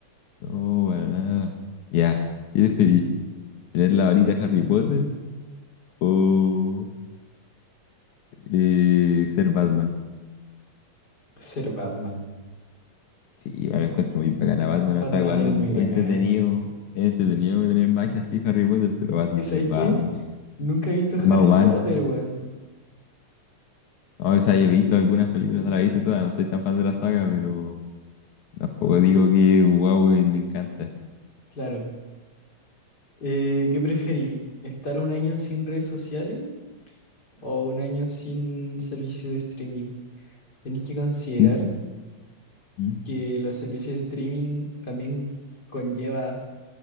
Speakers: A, on the left; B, on the left.
A: No, para nada. Ya. ¿Qué preferís? ¿Tener la varita Harry Potter o eh, ser Batman?
B: Ser Batman.
A: Sí, igual lo encuentro muy bacán a Batman,
B: Batman
A: o sea, igual
B: es
A: es
B: muy bacán,
A: entretenido,
B: weón.
A: es entretenido tener magia así Harry Potter, pero Batman
B: ¿Qué sabéis
A: es Batman,
B: qué? Nunca he visto
A: es más
B: Harry
A: humano.
B: Potter, weón.
A: No, o sea, yo he visto algunas películas, no las he visto todas, no soy tan fan de la saga, pero tampoco digo que wow, y me encanta.
B: Claro. Eh, ¿qué preferís? ¿Estar un año sin redes sociales o un año sin servicios de streaming? Tenéis que considerar
A: Ins- ¿Mm?
B: que los servicios de streaming también conlleva